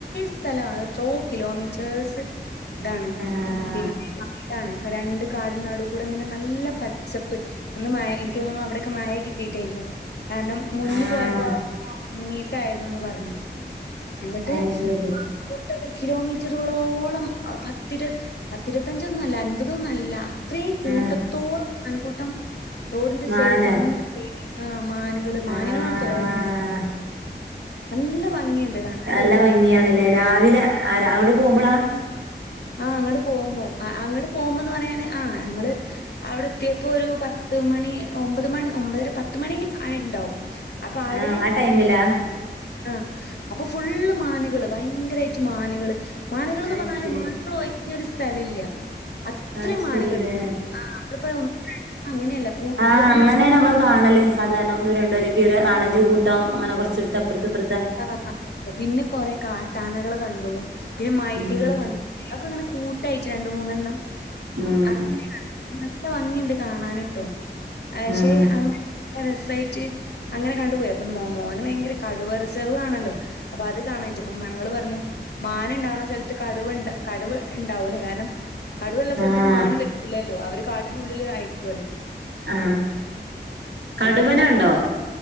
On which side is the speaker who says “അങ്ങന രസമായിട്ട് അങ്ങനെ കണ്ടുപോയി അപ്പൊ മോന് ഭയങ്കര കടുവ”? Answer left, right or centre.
Left